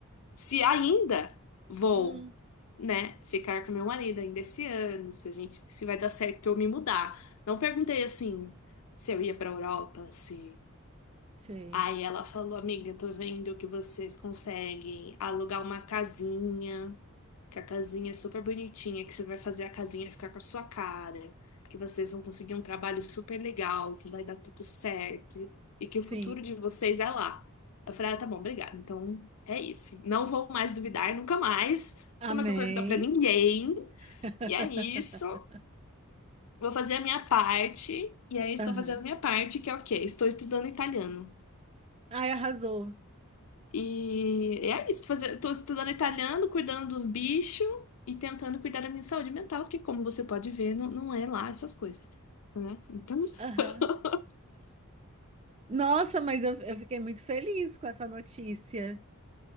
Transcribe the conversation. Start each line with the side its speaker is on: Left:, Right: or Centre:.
Left: Se ainda vou,
Right: Hum,
Left: né, ficar com meu marido ainda esse ano, se a gente, se vai dar certo eu me mudar. Não perguntei assim se eu ia pra Europa, se.
Right: sei.
Left: Aí ela falou, amiga, tô vendo que vocês conseguem alugar uma casinha que a casinha é super bonitinha, que você vai fazer a casinha ficar com a sua cara, que vocês vão conseguir um trabalho super legal, que vai dar tudo certo e que o
Right: Sim.
Left: futuro de vocês é lá. Eu falei, ah, tá bom, obrigada. Então é isso. Não vou mais duvidar, nunca mais.
Right: Amém.
Left: Nunca mais vou perguntar pra ninguém.
Right: <laughs>
Left: E é isso. Vou fazer a minha parte. E aí estou
Right: Aham.
Left: fazendo a minha parte, que é o quê? Estou estudando italiano.
Right: Ai, arrasou.
Left: E é isso, fazer, tô estudando italiano, cuidando dos bichos e tentando cuidar da minha saúde mental, porque como você pode ver, não, não é lá essas coisas, né? Então, <laughs>
Right: Aham. Nossa, mas eu, eu fiquei muito feliz com essa notícia.